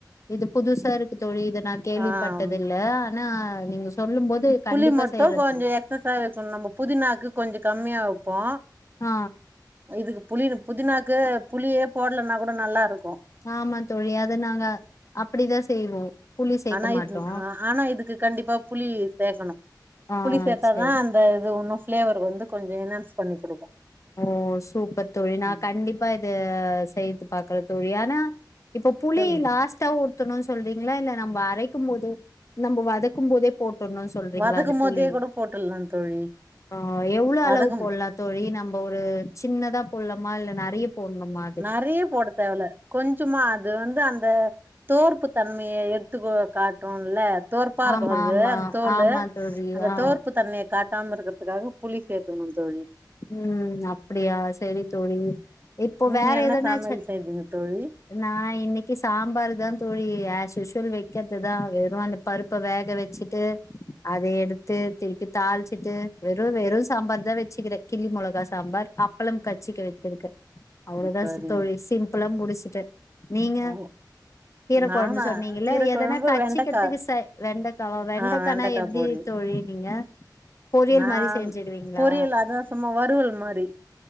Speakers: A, on the left (about 45°); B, on the right (about 25°).
A: இது புதுசா இருக்கு தோழி இத நா கேள்விப்பட்டது
B: ஆ
A: இல்ல ஆனா நீங்க சொல்லும் போது
B: புளி
A: கண்டிப்பா
B: மட்டும்
A: செய்யறே
B: கொஞ்ச
A: தோழி
B: எக்்சசா வைக்கணு நம்ம புதினாக்கு கொஞ்ச கம்மியா வைப்போ
A: ஆ
B: இதுக்கு புளி புதினாக்கு புளியே போடலனா கூட நல்லா இருக்கும்
A: ஆமா தோழி அத நாங்க அப்டிதா செய்வோ புளி சேர்க்க
B: ஆனா
A: மாட்டோ
B: இது ஆனா இதுக்கு கண்டிப்பா புளி பேசணு
A: ஆ
B: புளி சேர்த்தா
A: சரி
B: தா அந்த இது ஒன்னு ஃப்ளேவர் வந்து கொஞ்ச என்ஹான்ஸ் பண்ணி குடுக்கு
A: ஓ சூப்பர் தோழி நா
B: ம்
A: கண்டிப்பா இத செய்து பாக்குற தோழி ஆனா இப்ப புளி
B: சொல்லுங்க
A: லாஸ்ட்டா ஊத்தணுன் சொல்றீங்களா இல்ல நம்ம அரைக்கும் போதே நம்ம வதக்கும் போதே போட்டுர்னுன் சொல்றீங்களா
B: வதக்கும்
A: அந்த
B: போதே
A: புளி
B: கூட போட்டுலா தோழி
A: ஆ எவ்ளோ
B: வதக்கும்
A: அளவு போட்லா தோழி நம்ம ஒரு சின்னதா போட்லமா இல்ல நெறையப் போட்ணுமா
B: நெறைய போடத் தேவல கொஞ்சமா அது வந்து அந்த தொவர்ப்பு தன்மைய எடுத்துக்கு காட்டூல்ல துவர்ப்பா இருக்கு
A: ஆமா
B: அது
A: ஆமா
B: அந்த தோலு
A: ஆமா தோழி
B: அந்த
A: ஆ
B: தொவர்ப்பு தன்மைய காட்டாம இருக்குறதுக்காக புளி சேர்த்துக்கணும் தோழி
A: ம் அப்புடியா செரி தோழி இப்போ
B: நீங்க
A: வேற
B: என்ன
A: எதனாச்சு
B: சமையல் செஞ்சீங்க தோழி
A: நா இன்னைக்கி சாம்பரு தா தோழி ஆஸ்யூசுவல் வைக்கிறதுதா வெறு அந்த பருப்ப வேக வச்சுட்டு அத எடுத்து திருப்பி தாளிச்சிட்டு வெறு வெறு சாம்பார் தா வெச்சுக்குறே கிள்ளி மொளகா சாம்பார் அப்பளம் கட்ச்சுக்க வச்சிருக்கு அவ்ளோதா
B: சரிங்
A: தோழி சிம்புளா முடிச்சுட்டே நீங்க
B: ஓ
A: கீரக்கொழம்பு
B: நானா
A: சொன்னீங்கல்ல
B: கீர
A: எதன்னா
B: கொழம்பு
A: கட்ச்சிக்கிறதுக்கு
B: வெண்டக்கா
A: ச வெண்டக் காவா வெண்டைக்
B: ஆ வெண்டக்கா
A: கானா எப்டி
B: பொரியல்
A: இ தோழி நீங்க பொரியல்
B: நான்
A: மாரி செஞ்சுட் விடுவீங்களா
B: பொரியல் அதா சும்மா வறுவல் மாரி